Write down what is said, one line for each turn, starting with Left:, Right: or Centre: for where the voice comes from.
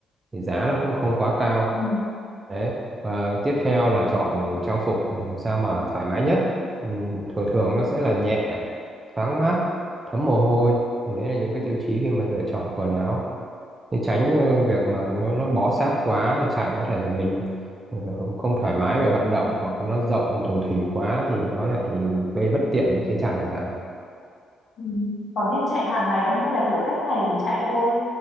Right: thì giá nó cũng không quá cao
Left: ừ,
Right: đấy và tiếp theo là chọn trang phục làm sao mà thoải mái nhất Ừm, thường thường nó sẽ là nhẹ thoáng mát thấm mồ hôi thì đấy là những cái tiêu chí khi mà lựa chọn quần áo để tránh ờ, việc mà nó nó bó sát quá chạy có thể là mình ờ, không thoải mái về vận động hoặc là nó rộng thùng thình quá thì nó lại gây bất tiện khi chạy chẳng hạn
Left: ừ. Còn nên chạy hàng ngày không hay là kiểu cách ngày thì chạy thôi?